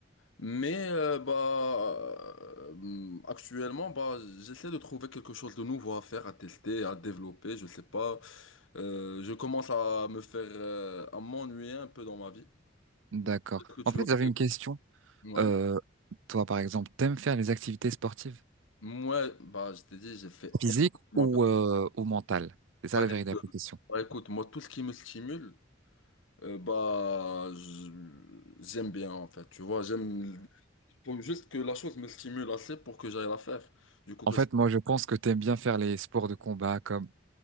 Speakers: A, on the left (about 80°); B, on the right (about 75°).
A: Mais euh, bah, euh, actuellement, bah, j'essaie de trouver quelque chose de nouveau à faire, à tester, à développer, je sais pas. Euh, je commence à me faire, euh, à m'ennuyer un peu dans ma vie.
B: D'accord.
A: Peut-être que tu
B: En fait,
A: aurais-
B: j'avais une question.
A: Ouais.
B: Euh, toi, par exemple, t'aimes faire les activités sportives,
A: Moi, bah, je t'ai dit, j'ai fait
B: physiques
A: énormément
B: ou
A: de...
B: euh, ou mentales? C'est ça
A: Bah,
B: la véritable
A: écoute,
B: question.
A: bah, écoute, moi, tout ce qui me stimule, euh, bah, je- j'aime bien, en fait. Tu vois, j'aime... faut juste que la chose me stimule assez pour que j'aille la faire. Du coup,
B: En
A: que
B: fait,
A: c'est
B: moi, je pense que t'aimes bien faire les sports de combat comme